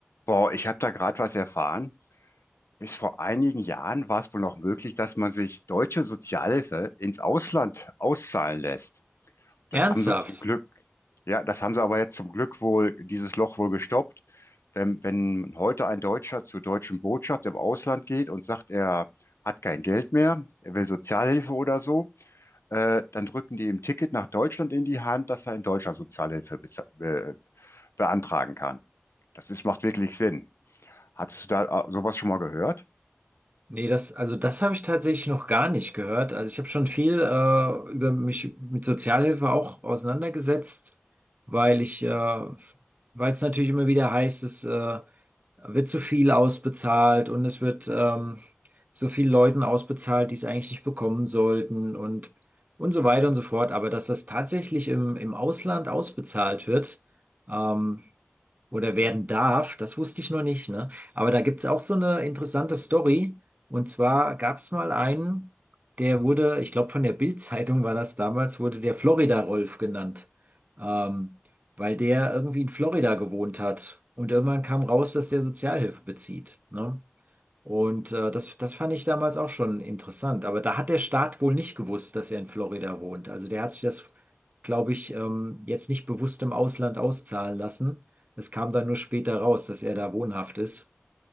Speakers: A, on the left (about 80°); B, on the right (about 40°).
A: Boah, ich habe da gerade was erfahren. Bis vor einigen Jahren war es wohl noch möglich, dass man sich deutsche Sozialhilfe ins Ausland auszahlen lässt. Das
B: Ernsthaft?
A: haben sie zum Glück, ja, das haben sie aber jetzt zum Glück wohl, dieses Loch wohl gestoppt. Wenn, wenn heute ein Deutscher zur deutschen Botschaft im Ausland geht und sagt, er hat kein Geld mehr, er will Sozialhilfe oder so, äh, dann drücken die ihm ein Ticket nach Deutschland in die Hand, dass er in Deutschland Sozialhilfe beza- be beantragen kann. Das ist, macht wirklich Sinn. Hattest du da äh, sowas schon mal gehört?
B: Nee, das, also das habe ich tatsächlich noch gar nicht gehört. Also ich habe schon viel äh, über mich mit Sozialhilfe auch auseinandergesetzt, weil ich, äh, weil es natürlich immer wieder heißt, es äh, wird zu viel ausbezahlt und es wird ähm, so viel Leuten ausbezahlt, die es eigentlich nicht bekommen sollten und und so weiter und so fort. Aber dass das tatsächlich im, im Ausland ausbezahlt wird, ähm, oder werden darf. Das wusste ich noch nicht, ne? Aber da gibt's auch so eine interessante Story. Und zwar gab's mal einen, der wurde, ich glaube von der Bild-Zeitung war das damals, wurde der Florida-Rolf genannt. Ähm, weil der irgendwie in Florida gewohnt hat. Und irgendwann kam raus, dass der Sozialhilfe bezieht, ne? Und äh, das, das fand ich damals auch schon interessant. Aber da hat der Staat wohl nicht gewusst, dass er in Florida wohnt. Also der hat sich das, glaube ich, ähm, jetzt nicht bewusst im Ausland auszahlen lassen. Es kam dann nur später raus, dass er da wohnhaft ist.